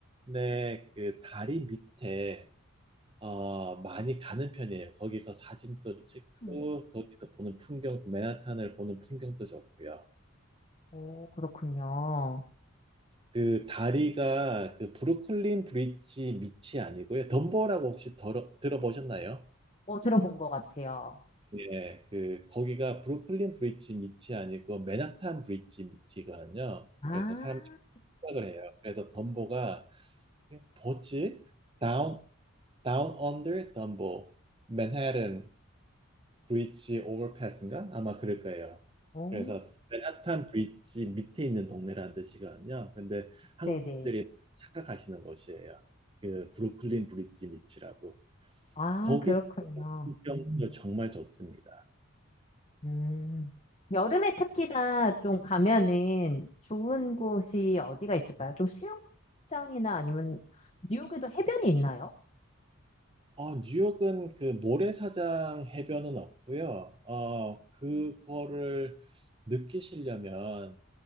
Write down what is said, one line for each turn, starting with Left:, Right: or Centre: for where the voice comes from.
Right: 그 다리 밑에, 어, 많이 가는 편이에요. 거기서 사진도 찍고,
Left: 음.
Right: 거기서 보는 풍경도, 맨하탄을 보는 풍경도 좋고요.
Left: 오, 그렇군요.
Right: 그 다리가 그 브루클린 브릿지 밑이 아니고요. 덤보라고 혹시 들어, 들어보셨나요?
Left: 어, 들어본 것 같아요.
Right: 예. 그 거기가 브루클린 브릿지 밑이 아니고 맨하탄 브릿지 밑이거든요.
Left: 아,
Right: 그래서 사람들이 착각을 해요. 그래서 덤보가 그게 뭐지? Down Down Under 덤보 맨해튼 브릿지 오버패스인가? 아마 그럴 거예요.
Left: 오,
Right: 그래서 맨하탄 브릿지 밑에 있는 동네라는 뜻이거든요. 근데 한국
Left: 네네.
Right: 분들이 착각하시는 곳이에요. 그 브루클린 브릿지 밑이라고.
Left: 아,
Right: 거기서
Left: 그렇군요.
Right: 풍경도 정말 좋습니다.
Left: 음. 여름에 특히나 좀 가면은 좋은 곳이 어디가 있을까요? 좀 수영장이나 아니면 뉴욕에도 해변이 있나요?
Right: 어, 뉴욕은 그 모래사장 해변은 없고요. 어, 그거를 느끼시려면